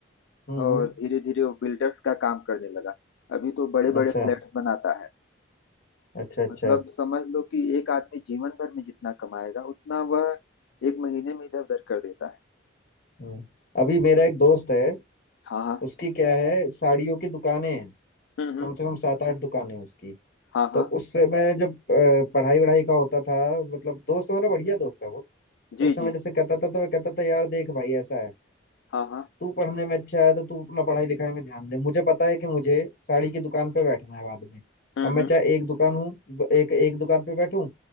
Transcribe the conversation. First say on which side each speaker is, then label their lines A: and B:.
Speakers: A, on the left; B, on the left.
A: हम्म
B: और
A: हम्म,
B: धीरे धीरे वो बिल्डर्स का काम करने लगा अभी तो बड़े
A: अच्छा
B: बड़े फ्लैट्स बनाता है
A: अच्छा अच्छा
B: मतलब समझ लो कि एक आदमी जीवन भर में जितना कमाएगा उतना वह एक महीने में इधर उधर कर देता है
A: हम्म अभी मेरा एक दोस्त है
B: हाँ हाँ
A: उसकी क्या है साड़ियों की दुकानें हैं
B: हम्म हम्म
A: कम से कम सात आठ दुकानें हैं उसकी
B: हाँ
A: तो
B: हाँ
A: उससे मैं जब अ, पढ़ाई वढ़ाई का होता था मतलब दोस्त मेरा बढ़िया दोस्त है वो तो
B: जी
A: उस समय
B: जी
A: जैसे कहता था तो मैं कहता था यार देख भाई ऐसा है
B: हाँ हाँ
A: तू पढ़ने में अच्छा है तो तू अपना पढ़ाई लिखाई में ध्यान दे मुझे पता है कि मुझे साड़ी की दुकान पे बैठना है बाद में
B: हम्म
A: अब मैं
B: हम्म
A: चाहे एक दुकान हूँ ब- एक एक दुकान पे बैठूं